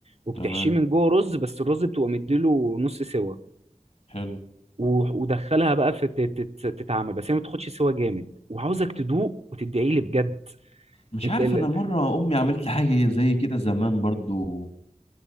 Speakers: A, on the right; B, on the left.
A: وبتحشيه
B: تمام
A: من جوه رز بس الرز بتبقى مديله نص سوا
B: حلو
A: و- ودخلها بقى في تت- تت- تتعمل بس هي ما تاخدش سوا جامد وعاوزك تدوق وتدعي لي بجد
B: مش
A: انت
B: عارف
A: ال...
B: انا مره امي عملت لي حاجه زي كده زمان برضو